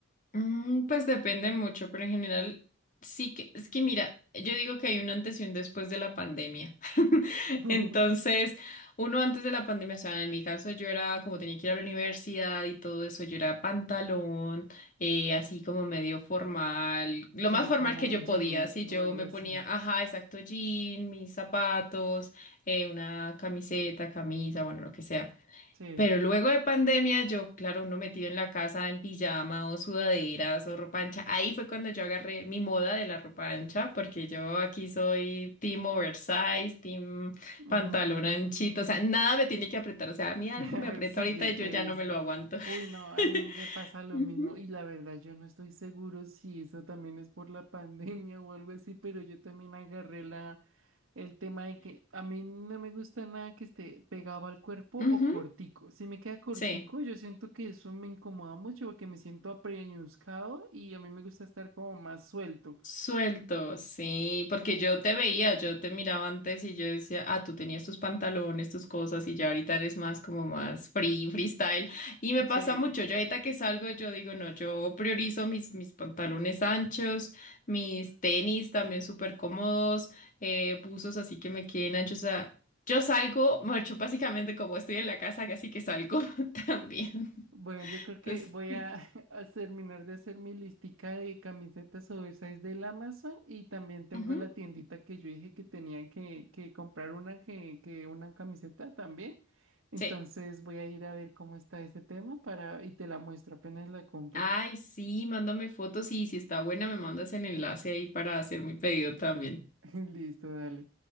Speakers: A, on the left; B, on the right.
A: Mm, Pues depende mucho, pero en general sí que es que mira, yo digo que hay un antes y un después de la pandemia. <laughs>
B: <laughs>
A: Entonces, uno antes de la pandemia, o sea, en mi caso yo era como tenía que ir a la universidad y todo eso, yo era pantalón, eh, así como medio formal, lo
B: Sí,
A: más formal
B: como
A: que yo
B: un jean
A: podía, así
B: o
A: yo
B: algo
A: me
B: así.
A: ponía, ajá, exacto, jean, mis zapatos, eh, una camiseta, camisa, bueno, lo que sea.
B: Sí.
A: Pero luego de pandemia, yo, claro, uno metido en la casa en pijama o sudaderas o ropa ancha, ahí fue cuando yo agarré mi moda de la ropa ancha, porque yo aquí soy team oversize, team
B: Mm,
A: pantalón anchito, o sea, nada me tiene que apretar, o sea, a mí algo
B: <laughs>
A: me aprieta
B: Sí,
A: ahorita
B: yo
A: y yo
B: te
A: ya
B: he visto.
A: no me lo aguanto. <laughs>
B: Uy, no, a mí me pasa lo
A: Ujú,
B: mismo y la verdad yo no estoy seguro si eso también es por la <laughs> pandemia o algo así, pero yo también agarré la el tema de que a mí no me gusta nada que esté pegado al cuerpo
A: ujú,
B: o cortico. Si me queda cortico,
A: sí.
B: yo siento que eso me incomoda mucho porque me siento apreñuscado y a mí me gusta estar como más suelto.
A: Suelto, sí, porque yo te veía, yo te miraba antes y yo decía, ah, tú tenías tus pantalones, tus cosas y ya ahorita eres más como más free, <laughs> freestyle. Y me pasa
B: Sí.
A: mucho, yo ahorita que salgo, yo digo, no, yo priorizo mis, mis pantalones anchos, mis tenis también súper cómodos, eh, buzos así que me queden anchos. O sea, yo salgo, mucho básicamente como estoy en la casa, así que salgo <laughs> también.
B: Bueno, yo creo
A: Entonces,
B: que voy
A: mm,
B: a, <laughs> a terminar de hacer mi listica de camisetas oversize del Amazon y también tengo
A: ujú,
B: la tiendita que yo dije que tenía que, que comprar una que, que una camiseta también. Entonces
A: sí.
B: voy a ir a ver cómo está ese tema para y te la muestro apenas la compre.
A: Ay, sí, mándame fotos y si está buena me mandas el enlace ahí para hacer mi pedido también.
B: <laughs> Listo, dale.